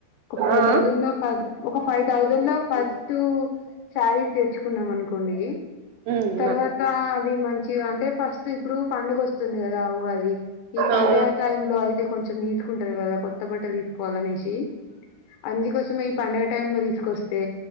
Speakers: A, on the left; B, on the right.
A: ఒక ఫైవ్
B: ఆ
A: థౌజండ్ లో ఫస్ ఒక ఫైవ్ థౌజండ్ లో ఫస్ట్ శారీస్ తెచ్చుకున్నాం అనుకోండి
B: ఉమ్
A: తర్వాత అవి మంచి అంటే ఫస్ట్ ఇప్పుడు పండుగ వస్తుంది కదా ఉగాది ఈ పండెగ
B: అవును
A: టైమ్ లో ఐతే కొంచెం నీ కుంటారు కదా కొత్త బట్టలు తీసుకోవాల అనేసి అందుకోసమే పండగ టైమ్ లో తీసుకొస్తే